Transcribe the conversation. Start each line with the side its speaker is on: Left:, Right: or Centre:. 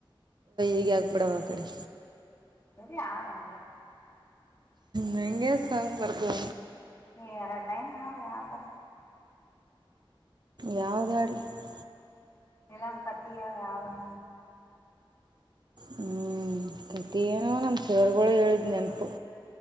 Right: ಈಗ <unintelligible> ಪಡಾವ ಕಡಿ
Left: ಸರಿ ಆಡೋಂಗ
Right: ಮಗೆ ಸ್ಮ್ ಬರ್ತಟ
Left: ಎರಡು ಲೈನ್ ಆಡೆ ಯಾವ್ ತರ
Right: ಯಾವ್ದ ಹಾಡಲಿ <unintelligible>
Left: ಎಲ್ಲ ಕತ್ತಿಯಾಳ ಯಾಗನ
Right: ಹ್ಮ್ ಪ್ರತ <inaudible> ನೋ ನಮ್ಮ ಸೇರ್ಗಳೇ ಹೇಳಿದ್ ನೆನಪು